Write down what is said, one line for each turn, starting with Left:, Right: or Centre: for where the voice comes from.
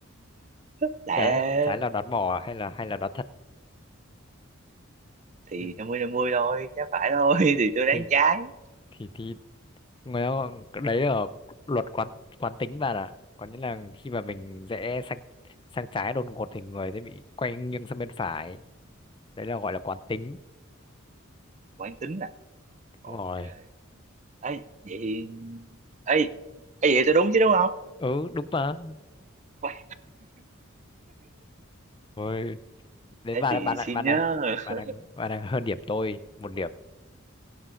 Right: <laughs> lại
Left: trái
Right: ra
Left: trái là đoán mò à? hay là hay là đoán thật
Right: thì
Left: ừ.
Right: năm mươi năm mươi thôi trái phải thôi <laughs> thì tôi đoán
Left: thì
Right: trái
Left: thì thì người ta gọi- đấy là luật quán quán tính bạn ạ có nghĩa là khi mà mình rẽ sang sang trái đột ngột thì người sẽ bị quay nghiêng sang bên phải đấy là gọi là quán tính
Right: quán tính à ok
Left: đúng rồi
Right: ấy vậy thì ấy ấy vậy tôi đúng chứ đúng không
Left: ừ đúng mà
Right: Uầy,
Left: rồi đến
Right: thế
Left: bạn
Right: thì
Left: bạn đang
Right: xin
Left: bạn
Right: nhớ
Left: đang
Right: <laughs>
Left: bạn đang bạn đang hơn điểm tôi một điểm